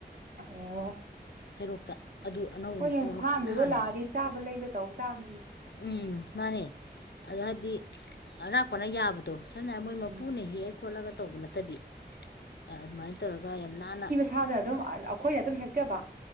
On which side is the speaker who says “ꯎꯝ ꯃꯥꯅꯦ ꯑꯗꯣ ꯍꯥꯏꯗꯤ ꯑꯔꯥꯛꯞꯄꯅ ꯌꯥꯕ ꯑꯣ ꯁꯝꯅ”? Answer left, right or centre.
Left